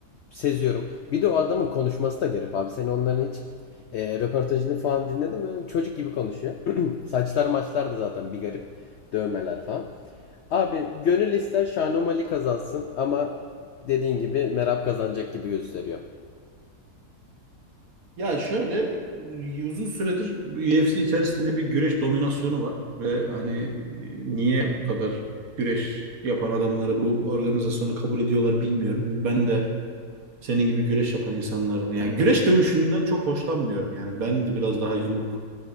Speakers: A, on the left (about 80°); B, on the right (about 65°).
A: seziyorum. Bir de o adamın konuşması da garip abi. Sen onların hiç e, röportajını falan dinledin mi? Çocuk gibi konuşuyor. <clears throat> Saçlar maçlar da zaten bir garip. Dövmeler falan. Abi gönül ister Şanomali kazansın ama dediğin gibi Merab kazanacak gibi gösteriyor.
B: Ya şöyle uzun süredir UFC içerisinde bir güreş dominasyonu var ve hani e, niye bu kadar güreş yapan adamları bu organizasyonu kabul ediyorlar bilmiyorum. Çünkü ben de senin gibi güreş yapan insanlardan. Yani güreş dövüşünden çok hoşlanmıyorum. Yani ben de biraz daha yumruk